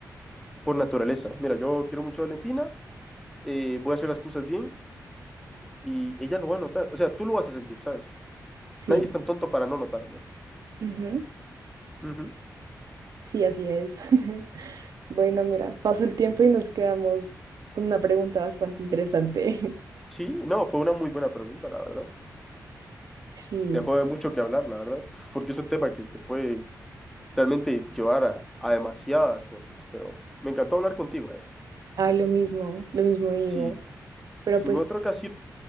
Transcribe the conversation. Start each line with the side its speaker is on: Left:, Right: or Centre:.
Centre: por naturaleza. Mira, yo quiero mucho a Valentina, eh, voy a hacer las cosas bien y ella lo va a notar. O sea, tú lo vas a sentir, ¿sabes?
Right: Sí.
Centre: Nadie es tan tonto para no notarlo.
Right: Ujú.
Centre: Ujú.
Right: Sí, así es. <laughs> Bueno, mira, pasó el tiempo y nos quedamos con una pregunta bastante interesante.
Centre: Sí, no, fue una muy buena pregunta, la verdad.
Right: <laughs> Sí.
Centre: Dejó de mucho que hablar, la verdad, <laughs> porque es un tema que se puede realmente llevar a, a demasiadas cosas, pero me encantó hablar contigo, ¿eh?
Right: Ay, lo mismo, lo mismo digo.
Centre: Si,
Right: Pero
Centre: si
Right: pues,
Centre: en otra ocasión